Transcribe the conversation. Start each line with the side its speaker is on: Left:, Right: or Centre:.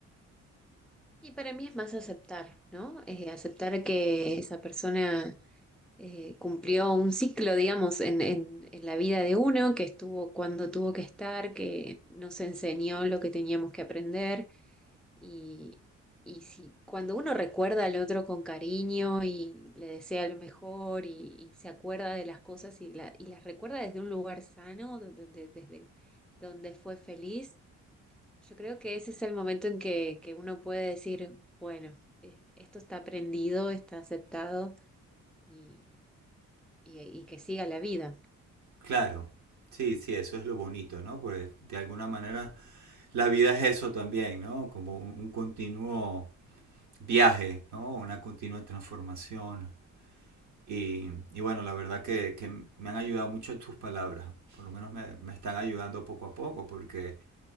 Centre: Y para mí es más aceptar, ¿no? Eh, aceptar que esa persona eh, cumplió un ciclo, digamos, en, en, en la vida de uno, que estuvo cuando tuvo que estar, que nos enseñó lo que teníamos que aprender Y, y si cuando uno recuerda al otro con cariño y le desea lo mejor y, y se acuerda de las cosas y, la- y las recuerda desde un lugar sano, do- do- de- desde donde fue feliz, yo creo que ese es el momento en que, que uno puede decir, bueno, eh, esto está aprendido, está aceptado y, y- y que siga la vida.
Right: Claro, sí, sí, eso es lo bonito, ¿no? Porque de alguna manera la vida es eso también, ¿no? Como un, un continuo viaje, ¿no? Una continua transformación. Y, y bueno, la verdad que, que me han ayudado mucho tus palabras, por lo menos me, me están ayudando poco a poco, porque